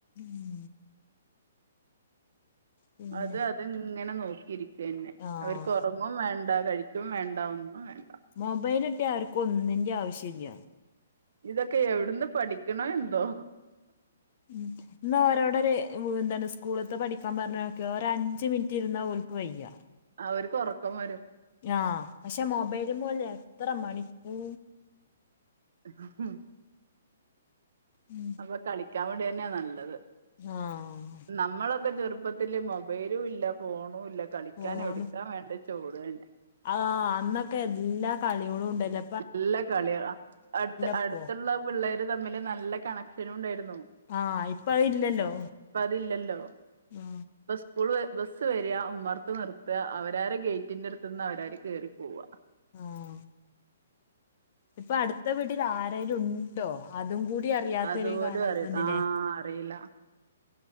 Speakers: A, on the left; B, on the right.
A: ഉം. പിന്നെ
B: അത് അത്ങ്ങനെ നോക്കിയിരിക്കന്നെ
A: ആഹ്
B: അവർക്ക് ഒറങ്ങും വേണ്ട കഴ്. ക്കും വേണ്ട ഒന്നും വേണ്ട.
A: മൊബൈലൊട്ട്യാ അവർക്ക് ഒന്നിന്റെ ആ വ്ശ്യല്യാ.
B: ഇതൊക്കെ എവിട്ന്ന് പഠിക്ക്ണ് എന്തോ.
A: ഉം. ഇന്ന് ഓരോടൊര് വ് എന്താണ് സ്കൂള്ത്തെ പഠിക്കാൻ പറഞ്ഞോക് ഒര് അഞ്ച് മിൻറ്റ് ഇര്ന്നാ ഓല്ക്ക് വയ്യാ.
B: അവർക്ക് ഒറക്കം വരും.
A: ഞാ പക്ഷെ മൊബൈൽ പോലെ എത്ര മണിക്കൂ.
B: ഹും
A: ഉം.
B: അപ്പ കളിക്കാൻ വിടെന്നെ നല്ലത്.
A: ആഹ്.
B: നമ്മളൊക്കെ ചെറുപ്പത്തില് മൊബൈലും ഇല്ല ഫോണു ഇല്ല. കളിക്കാൻ
A: ഫോണ്
B: എഉട്ക്കാ വേണ്ടിചോടെന്നെ.
A: ആഹ് അന്നൊക്കെ എല്ലാ കളിയെളും ഉണ്ടെല്ല.
B: നല്ല കളിയ അ അട്ത്ത
A: ഇപ്പോ
B: അടുത്തുള്ള പിള്ളേര് തമ്മില് നല്ല കണക്ഷനും ഉണ്ടായിരുന്നു.
A: ആഹ് ഇപ്പഹ് ല്ലല്ലോ
B: അതില്ലല്ലോ
A: ആ.
B: ഇപ്പ സ്കൂൾ ബബസ്സ് വരാ ഉമ്മർത്ത് നിർത്ത അവരാര് ഗേറ്റിന്റെ അടുത്ത്ന്ന് അവരാര് കേറി പോവാ.
A: ആഹ് ഇപ്പ അടുത്ത വീട്ടിൽ ആരേലും ഉണ്ടോ അതും കൂടി അ റിയാത്തരു
B: അതുപോലും
A: കാലം
B: അറിയ
A: വന്ന്ലേ.
B: ആ അറിയില്ല